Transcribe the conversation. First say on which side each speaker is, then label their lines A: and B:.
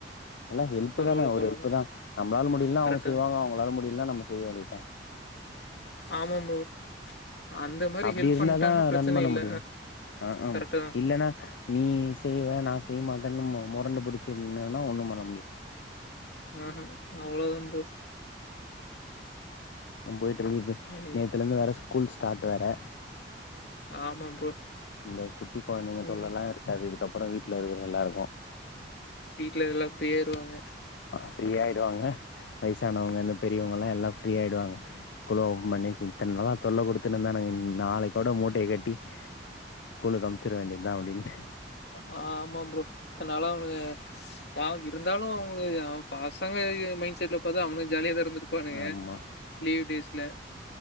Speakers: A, on the left; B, on the left.
A: எல்லா ஹெல்ப்
B: பரவால்ல,
A: தான ஒரு
B: பரவால்ல
A: ஹெல்ப்
B: ப்ரோ.
A: தான் நம்மளால முடியலைலானா
B: கரெக்ட்டு
A: அவுங்க செய்வாங்க அவுங்களால முடியலன்னா நம்ம செய்ய வேண்டியதுதான்
B: ஆமாம் ப்ரோ ஆ அந்த மாரி
A: அப்படி
B: ஹெல்ப்
A: இருந்தாதா
B: பண்ட்டாங்கன்னா பிரச்சனை
A: ரன் பண்ண
B: இல்ல.
A: முடியோ ஆஹ் ஹம்
B: கரெக்ட்டு தான்.
A: இல்ன்னா நீ செய்வே நா செய்யமாட்டேன்னு மொ மொரண்டு புடுச்சுட்டு நின்னேனா ஒண்ணும் பண்ண முடியாது
B: ஆஹ்ஹ ஆ அவ்ளோதா ப்ரோ
A: உம் போயிட்டு இருக்கு
B: சரி.
A: நேத்துல இருந்து ஸ்கூல் ஸ்டார்ட் வேற
B: ஆமா ப்ரோ
A: இந்த குட்டி குழந்தைங்க
B: ம்
A: தொல்லலாம் இருக்காது அப்புறோ வீட்ல இருக்குற எல்லாருக்கோ
B: வீட்ல இதல்லா ஃப்ரீயாய்ருவாங்க
A: ஃப்ரீயாய்டுவாங்க வயசானவங்க இந்த பெரியவங்கலா எல்லா ஃப்ரீய ஆய்டுவாங்க ஸ்கூலு ஓப்பன் பண்ணியாச்சு இத்தன் நாளா தொல்ல குடுத்துனுர்தானுங்க நாளைக்கோட மூட்டய கட்டி ஸ்கூலுக்கு அம்ச்சிட வேண்டியதுதா அப்டின்னு
B: ஆ ஆமா ப்ரோ இத்தன்னாள அவே பா இருந் இருந்தாலு அவுங்க எ பசங்க மைண்ட் எ செட்ல பாத்தா அவுங்களுக்கு தா ஜாலியா தானஇருந்திருப்பானுங்க
A: ஆமா
B: லீவ் டேஸ் இல்ல